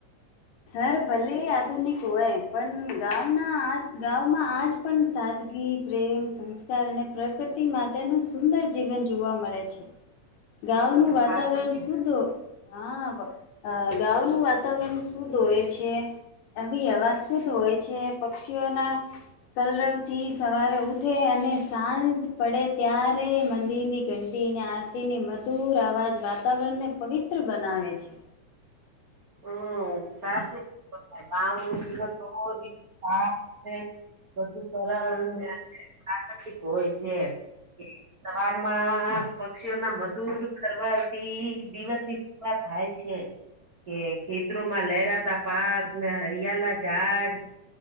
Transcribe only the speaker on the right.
સાચું કે
હમ્મ સાચું કીધું છે <unintelligible> બધું સરળ ને પ્રાકૃતિક હોય છે. સવારમાં પક્ષીઓ ના મધુર કરવાથી દિવસની <unintelligible> થાય છે. કે ખેતરોમાં લહેરાતા પાક ને હરિયાલા ઝાડ